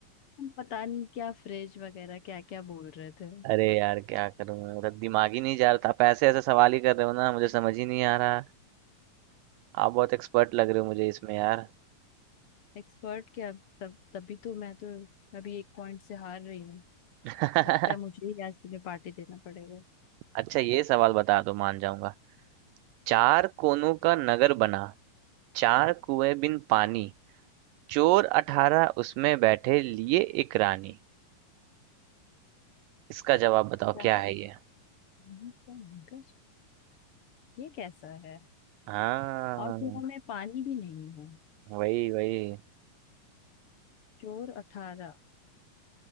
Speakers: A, on the left; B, on the right.
A: तुम पता नहीं क्या फ्रिज वगैरह क्या क्या बोल रहे थे
B: अरे यार क्या करूं मैं मतलब दिमाग ही नहीं जा रहा था आप ऐसे ऐसे सवाल ही कर रहे हो ना मुझे समझ ही नहीं आ रहा आप बहुत एक्सपर्ट लग रहे हो मुझे इसमें यार
A: एक्सपर्ट क्या तब तभी तो मैं तो अभी एक पॉइंट से हार रही हूँ
B: <laughs>
A: लगता है मुझे ही आज तुम्हें पार्टी देना पड़ेगा
B: अच्छा ये सवाल बता दो मान जाऊंगा चार कोनों का नगर बना चार कुएं बिन पानी चोर अठारह उसमें बैठे लिए एक रानी इसका जवाब बताओ
A: क्या
B: क्या है ये
A: पानी का मगज? ये कैसा है
B: हाँ
A: और कुआं में पानी भी नहीं है
B: वही वही
A: चोर अठारह